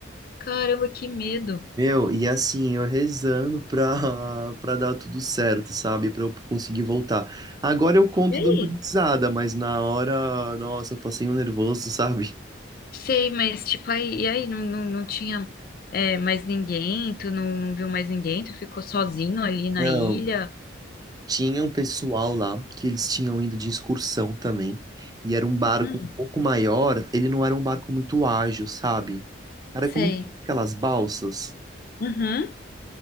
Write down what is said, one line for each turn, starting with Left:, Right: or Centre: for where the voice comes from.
Left: caramba, que medo.
Right: Meu, e assim, eu rezando pra, <laughs> pra dar tudo certo, sabe? Pra eu conseguir voltar. Agora eu conto
Left: E aí?
Right: dando risada, mas na hora, nossa, eu passei um nervoso, sabe?
Left: Sei, mas tipo, aí, e aí não, não, não tinha é, mais ninguém, tu não, não viu mais ninguém, tu ficou sozinho ali na
Right: Não.
Left: ilha.
Right: Tinha um pessoal lá que eles tinham ido de excursão também, e era um barco
Left: Hum,
Right: um pouco maior, ele não era um barco muito ágil, sabe? Era
Left: sei.
Right: como aquelas balsas.
Left: Uhum,